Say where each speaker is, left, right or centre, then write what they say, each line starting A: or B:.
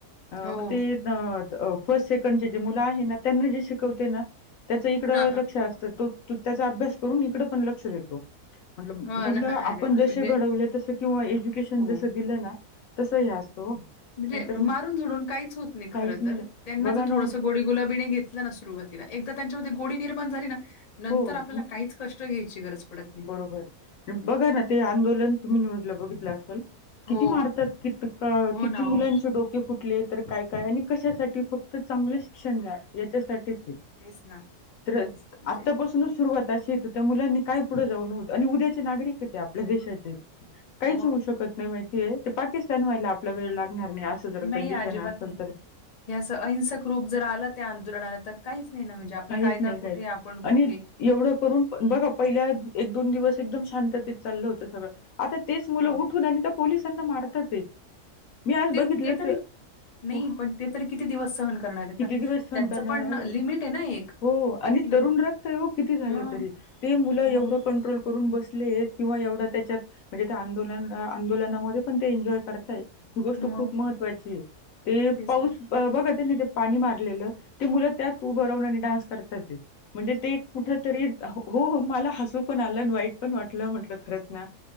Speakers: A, on the left (about 70°); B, on the left (about 35°).
A: अ
B: हो.
A: मग ते अह फर्स्ट सेकंडचे जे मुलं आहे ना त्यांना जे शिकवते ना त्याचं इकडं
B: हां, हां.
A: लक्ष असतं तो त त्याचा अभ्यास करून इकड पण लक्ष देतो म्हणलं
B: हां
A: मुलं
B: ना.
A: आपण
B: अरे वाह!
A: जसे
B: म्हणजे
A: घडवले तसे किंवा एज्युकेशन
B: हो.
A: जसं दिलं ना तसं हे असतं हो
B: म्हणजे
A: नाहीतर
B: मारून झोडून काहीच होत नाही
A: काहीच
B: खर तर त्यांना
A: बघा
B: जर
A: ना
B: थोडस गोडी गुलाबीने घेत ल ना सुरुवातीला एकदा त्यांच्यामध्ये गोडी निर्माण झाली ना नंतर
A: हो
B: आपल्याला
A: मग
B: काहीच कष्ट घ्यायची गरज पडत नाही.
A: बरोबर. बघा ना ते आंदोलन तुम्ही न्यूजला बघितलं असेल
B: हो
A: किती मारतात कित अह
B: हो
A: किती
B: ना हो
A: मुलांचे डोक ते फुटले तर काय काय आणि कशासाठी फक्त चांगलं शिक्षण द्या. याच्यासाठीच आहे,
B: तेच ना
A: त्र
B: म्हणजे
A: पासूनच सुरुवात अशी आहे तर त्या मुलांनी काय पुढे जाऊन होत आणि उद्याचे नागरिक आहेत ते आपल्या देशाचे काहीच
B: मग
A: होऊ शकत नाही माहितीय ते पाकिस्तान व्हायला आपला वेळ लागणार नाही असं जर
B: नाही
A: कंडिशन
B: अजिबात
A: आहे
B: नाही.
A: <inaudible>
B: हे असं अहिंसक रूप जर आलं त्या आंदोलनाला तर काहीच नाही ना म्हणजे आपला
A: काहीच
B: कायदा
A: नाही
B: कुठे
A: काहीच
B: आपण कुठे
A: आणि एवढं करून बघा पहिल्या एक दोन दिवस एकदम शांततेत चाललं होतं सगळं आता तेच मुलं
B: हो.
A: उठून आणि त्या पोलिसांना मारतात आहे, मी आज
B: ते
A: बघितलं
B: ते तरी
A: तर
B: नाही
A: हो
B: पण ते तरी किती दिवस सहन करणार आहेत
A: किती
B: ना
A: दिवस सहन
B: त्यांचं
A: करणार
B: पण
A: आहो,
B: लिमिट आहे ना एक
A: हो
B: आहे
A: आणि
B: की नाही
A: तरुण रक्त आहे किती झाल
B: मग
A: तरी ते मुल एवढं
B: मग
A: कंट्रोल करून बस ले किंवा एवढ त्याच्यात म्हणजे आंदोल आंदोलनामध्ये पण ते एन्जॉय करताहेत. ही गोष्ट
B: मग
A: खूप महत्त्वाची आहे, ते
B: तेच
A: पाऊस
B: तर
A: अह बघा त्यांनी ते पाणी मारलेलं, ते मुलं त्यात उभ राहून आणि डान्स करतात आहेत. म्हणजे ते कुठ तरी, हो हो, मला हसू पण आलं आणि वाईट पण वाटलं, म्हटलं खरच ना